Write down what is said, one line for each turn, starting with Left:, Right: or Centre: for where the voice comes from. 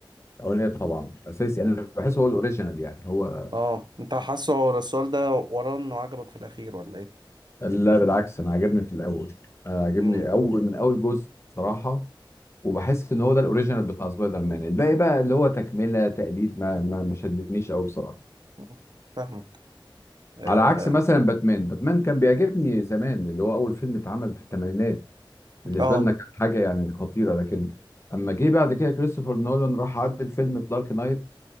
Left: الاولاني طبعا اساسي
Right: مم.
Left: انا بحس هو الاوريجينال يعني هو
Right: اه انت حاسه ورا السؤال ده وراه انه عجبك في الاخير ولا ايه
Left: لا بالعكس انا عجبني في الاول انا عجبني
Right: مم.
Left: اول من اول جزء صراحه وبحس ان هو ده الاوريجينال بتاع سبايدر مان الباقي بقى اللي هو تكمله تقليد ما ما ما شدنيش قوي بصراحه
Right: مم. فاهمك اه
Left: على عكس مثلا باتمان باتمان كان بيعجبني زمان اللي هو اول فيلم اتعمل في الثمانينات بالنسبه
Right: آه،
Left: لنا كانت حاجه يعني خطيره لكن اما جه بعد كده كريستوفر نولان راح عدل الفيلم في دارك نايت